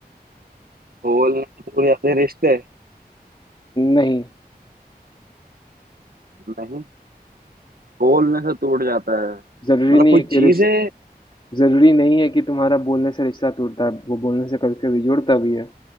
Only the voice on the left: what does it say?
नहीं
जरूरी
नहीं
है कि
रिश्ता
जरूरी नहीं है कि तुम्हारा बोलने से रिश्ता टूटता है वो बोलने से कभी कभी जुड़ता भी है